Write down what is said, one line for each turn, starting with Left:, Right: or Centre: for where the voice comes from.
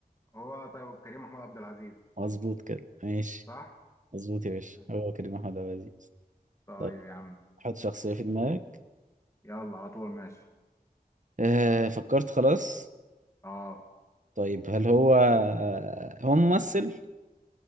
Left: هو طيب كريم محمود عبد العزيز
Right: مظبوط كده ماشي
Left: صح؟
Right: مظبوط يا باشا
Left: ماشي
Right: هو كريم محمود عبد العزيز
Left: طيب
Right: طب
Left: يا عم
Right: حط شخصية في دماغك
Left: يلا على طول ماشي
Right: آه فكرت خلاص
Left: اه
Right: طيب هل هو آه هو ممثل